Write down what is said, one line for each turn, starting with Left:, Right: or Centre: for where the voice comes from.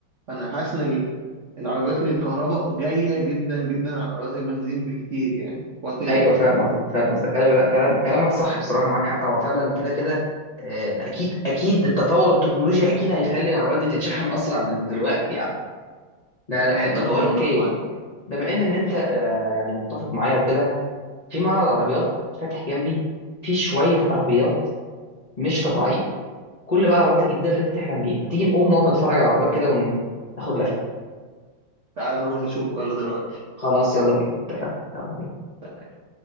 Right: فأنا حاسس إن ال- العربيات الكهرباء جاية جدا جدا على عربيات البنزين بكتير يعني وهتنجح
Left: ايوه فاهم قصدك فاهم قصدك ايوه لا كلام كلامك صح بصراحه معاك حق هو فعلا كده كده آه، اكيد اكيد التطور التكنولوجي اكيد هيخلي العربيات دي تتشحن اسرع من دلوقتي يعني لا لا حلو
Right: أنا
Left: طب بقول
Right: متفق
Left: لك ايه
Right: معاك
Left: بما ان ان
Right: قول
Left: انت
Right: لي
Left: آه، يعني متفق معايا وكده في معرض عربيات فاتح جنبي في شويه عربيات مش طبيعيه كل بقى العربيات الجديده اللي انت تحلم بيها ما تيجي نقوم نقعد نتفرج على العربيات كده وناخد لفه
Right: تعال نروح نشوفه يلا دلوقتي
Left: خلاص يلا بينا اتفقنا يلا بينا
Right: تمام.